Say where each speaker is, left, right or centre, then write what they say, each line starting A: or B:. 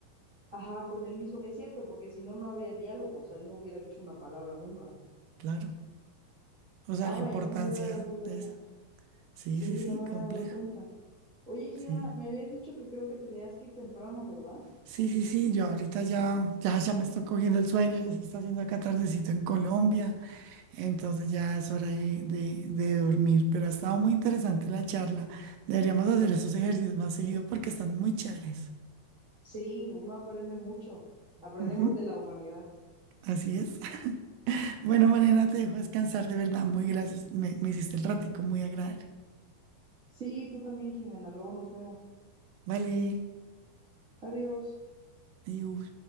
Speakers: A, on the right; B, on the right.
A: Ajá, con él mismo. Es cierto, porque si no, no habría diálogo. O sea, él no hubiera dicho una palabra nunca.
B: Claro. O sea,
A: Ah,
B: la
A: vaya,
B: importancia
A: no me había dado cuenta
B: de
A: de eso.
B: eso. Sí,
A: Sí,
B: sí, sí,
A: no me había
B: complejo.
A: dado cuenta. Oye, Jimena,
B: Sí.
A: me habías dicho que creo que te tenías que ir temprano, ¿verdad?
B: Sí, sí, sí, yo ahorita ya, ya, ya me estoy cogiendo el sueño, ya se está haciendo acá tardecito en Colombia, entonces ya es hora de, de- de dormir, pero ha estado muy interesante la charla. Deberíamos hacer esos ejercicios más seguido porque están muy chéveres.
A: Sí, uno aprende mucho. Aprendemos
B: Ujú,
A: de la humanidad.
B: Así es. <laughs> Bueno, mañana te dejo descansar, de verdad, muy gracias. Me, me hiciste el ratico muy agradable.
A: Sí, tú también, Jimena. Luego nos vemos.
B: Vale,
A: Adiós.
B: adiós.